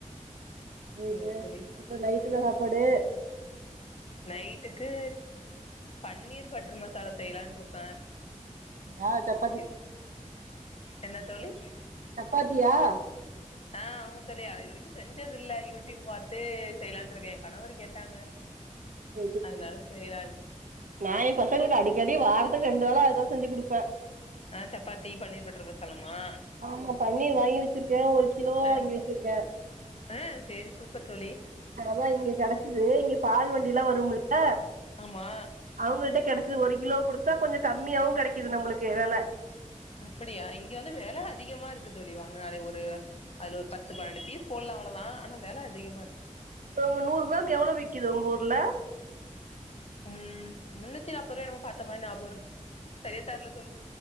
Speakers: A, on the right; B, on the left.
A: சரிங்க
B: சேரி தோழி
A: அப்ப நைட்டென்ன சாப்பாடு
B: நைட்டுக்கு பன்னீர் பட்டுரு மசாலா செய்யலான்று இருக்க
A: ஆ இதப்
B: இ என்ன தோழி
A: சப்பாத்தியா <inaudible>
B: ஆ ஆமா தோழி நா இது வரைக்கும் செஞ்சதுல்ல யூடியூப் பார்த்து செய்யலான்டு இருக்க ஏய கணவர் கேட்டாங்க
A: <unintelligible>
B: அதனால செய்யலான்ருக்கே
A: நா எய பசங்களுக்கு அடிக்கடி வாரத்துக்கு ரெண்டு வேள அதா செஞ்சு கொடுப்ப
B: ஆ சப்பாத்தி பன்னீர் பட்டரு மசாலுமா
A: ஆமா பன்னீர் வாகி வச்சிருக்கே ஒரு கிலோவா வாங்கி
B: ஆ
A: வச்சிருக்கே
B: ஆ சேரி சூப்பர் தோழி
A: அத தா இங்க கெடச்சது இங்க பால் வண்டி எல்லா வருமுல
B: ஆமா
A: அவங்கட்ட கிடைச்சது ஒரு கிலோ கொடுத்தா கொஞ்ச கம்மியாவும் கிடைக்குது நம்மளுக்கு வேல
B: அப்டியா இங்க வந்து வில அதிகமாருக்கு தோழி வாங்குனாலே ஒரு அதுல ஒரு பத்து பன்னெண்டு பீஸ் போடுலா அவ்ளவுதா ஆனா வில அதிகமாருக்கு
A: இப்ப அங்க ஒரு நூறு கிராம் எவ்ளோ விக்குது உங்க ஊர்ல
B: ம் முன்னூத்தி நாற்பது ரூபாயோ பாத்த மாரி ஞாப இருக்கு சரியா தெரல தோழி